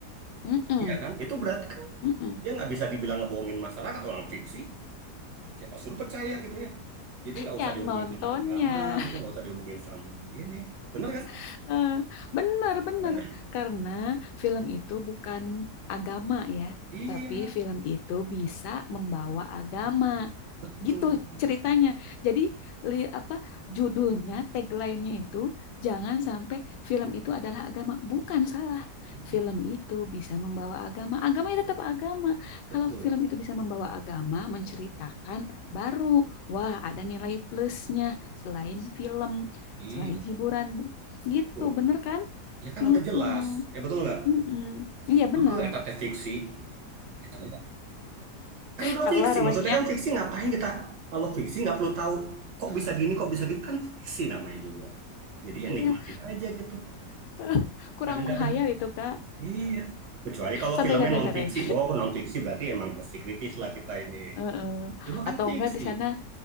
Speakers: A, on the left; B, on the right.
A: mm-mm,
B: iya kan? Itu berarti kan
A: mm-mm.
B: dia nggak bisa dibilang ngebohongin masyarakat orang fiksi. Siapa suruh percaya gitu ya? Jadi nggak
A: Yang
B: usah dihubungin
A: nontonnya.
B: sama agama gitu, nggak usah dihubungin sama ini. Bener kan?
A: <laughs> bener-bener
B: Kadang-kadang.
A: Karena film itu bukan agama ya.
B: Iya,
A: Tapi film itu bisa membawa agama.
B: betul.
A: gitu ceritanya. Jadi li, apa judulnya, tagline-nya itu jangan sampai film itu adalah agama. Bukan salah.
B: Mm,
A: Film itu bisa membawa agama. Agama itu tetap agama.
B: Betul.
A: Kalau film itu bisa membawa agama, menceritakan baru wah ada nilai plusnya selain film,
B: Iya,
A: selain hiburan. Gitu,
B: betul.
A: bener kan?
B: Ya kan
A: Mm-mm.
B: udah jelas. Ya betul nggak?
A: Mm-mm. Iya bener.
B: Itu eta teh fiksi. Eta teh- kan udah
A: Keluar
B: fiksi. Maksudnya
A: wehnya.
B: kan fiksi ngapain kita? Kalau fiksi nggak perlu tahu kok bisa gini, kok bisa gitu. Kan fiksi namanya juga. Jadi ya nikmatin
A: Iya.
B: aja gitu.
A: <laughs> Kurang
B: kadang nggak
A: menghayal
B: ada
A: itu, Kak.
B: Iya. Kecuali kalau
A: Santai,
B: filmnya
A: santai,
B: non
A: santai.
B: fiksi. Oh, non fiksi berarti emang mesti kritis lah kita ini.
A: Heeh.
B: Cuma kan
A: Atau
B: fiksi.
A: enggak di sana